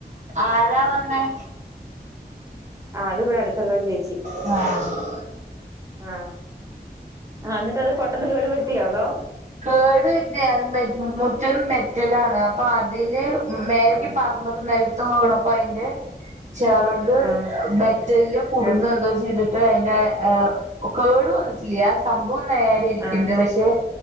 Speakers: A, on the right (about 45°); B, on the right (about 20°).
A: ആരാ വന്നേ
B: ആ അത് ഇവട അടുത്തുള്ളരു ചേച്ചി
A: ആ
B: ആ ആ ന്നട്ട് അത് പോട്ടെന്ന് കേട് വരുത്തിയൊ അതോ.
A: കേട് <unintelligible> മുറ്റം മെറ്റലാണ് അപ്പൊ അതില് മേലക്ക്
B: ആഹ്
A: പർ <unintelligible> നെൽത്ത് വീണപ്പ അഴിന്റെ ചെറക്
B: ആഹ്
A: മെ ജെല്ല് കുടുങ്ങ
B: ആഹ്
A: എന്തോ ചെയ്ത്ട്ട് അഴിന്റെ കേട് വന്നിട്ടില്ല. സംഭവം നേരെ ഇരിക്ക്ണ്ട്
B: ആഹ്
A: പക്ഷെ